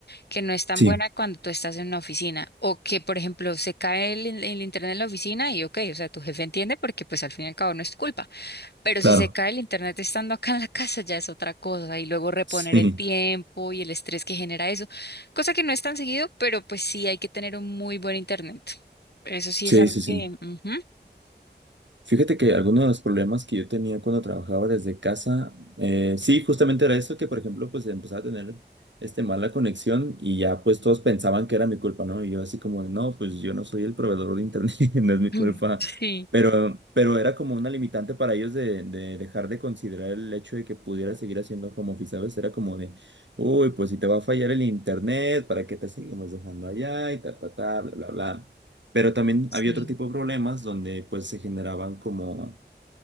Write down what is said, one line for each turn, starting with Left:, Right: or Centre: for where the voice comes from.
Left: que no es tan
Right: sí,
Left: buena cuando tú estás en una oficina o que, por ejemplo, se cae el, el internet en la oficina y ok, o sea, tu jefe entiende porque pues al fin y al cabo no es tu culpa. Pero
Right: claro.
Left: si se cae el internet estando acá en la casa ya es otra cosa y luego reponer
Right: Sí,
Left: el tiempo y el estrés que genera eso, cosa que no es tan seguido, pero pues sí hay que tener un muy buen internet. Eso sí
Right: sí,
Left: es algo
Right: sí, sí.
Left: que... ujú.
Right: Fíjate que algunos de los problemas que yo tenía cuando trabajaba desde casa, eh, sí, justamente era eso, que por ejemplo, pues empezaba a tener este mala conexión y ya pues todos pensaban que era mi culpa, ¿no? Y yo así como, no, pues yo no soy el proveedor de internet, <laughs> no es mi
Left: Mm,
Right: culpa.
Left: Sí,
Right: Pero, pero era como una limitante para ellos de, de dejar de considerar el hecho de que pudiera seguir haciendo home office, ¿sabes? Era como de, uy, pues si te va a fallar el internet, ¿para qué te seguimos dejando allá? Y ta, ta, ta, bla, bla, bla. Pero también
Left: sí.
Right: había otro tipo de problemas donde pues se generaban como